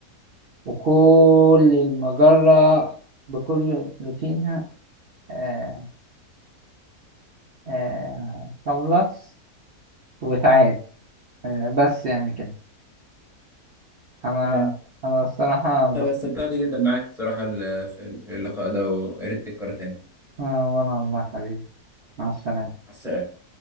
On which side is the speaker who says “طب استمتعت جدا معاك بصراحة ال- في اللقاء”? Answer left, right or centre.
Centre